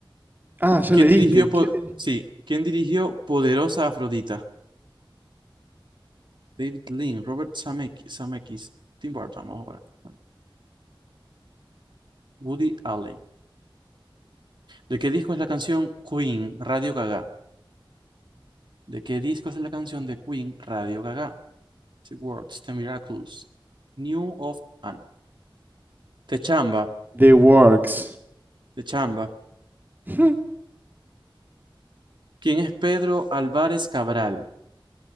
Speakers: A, on the right (about 20°); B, on the right (about 60°).
A: Ah, ya
B: ¿Quién
A: le
B: dirigió,
A: diste.
B: po-
A: ¿Quién le?
B: sí, ¿quién dirigió Poderosa Afrodita? David Lean, Robert Sameki- Zemeckis, Tim Burton, vamos a ver. Bueno, Woody Allen. ¿De qué disco es la canción Queen, Radio Gaga? ¿De qué disco es la canción de Queen, Radio Gaga? The Works, The Miracles, New of... Ah, no. Te chamba,
A: The Works.
B: te chamba.
A: <laughs>
B: ¿Quién es Pedro Álvarez Cabral?